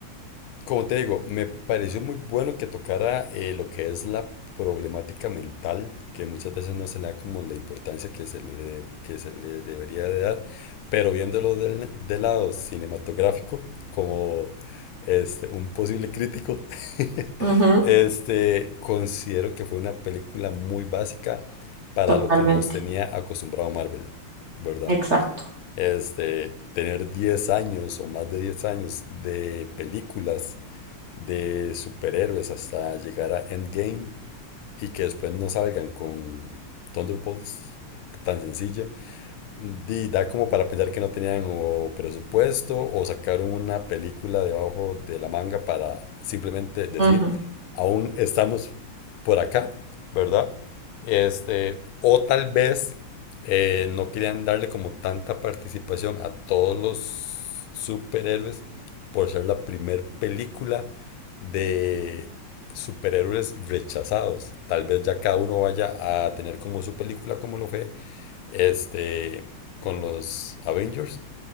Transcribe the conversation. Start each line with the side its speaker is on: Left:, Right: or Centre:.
Left: Como te digo, me pareció muy bueno que tocara eh, lo que es la problemática mental, que muchas veces no se le da como la importancia que se le, de- que se le debería de dar, pero viéndolo del, del lado cinematográfico, como este, un posible crítico, <laughs>
Right: Ujú,
Left: este, considero que fue una película muy básica para
Right: totalmente.
Left: lo que nos tenía acostumbrado Marvel, ¿verdad?
Right: Exacto.
Left: Este, tener 10 años o más de 10 años de películas de superhéroes hasta llegar a Endgame y que después no salgan con Thunderbolts tan sencilla Di, da como para pensar que no tenían o presupuesto o sacaron una película debajo de la manga para simplemente decir,
Right: Ujú.
Left: aún estamos por acá, ¿verdad? Este, o tal vez eh, no querían darle como tanta participación a todos los superhéroes por ser la primer película de superhéroes rechazados. Tal vez ya cada uno vaya a tener como su película como lo fue este, con los Avengers,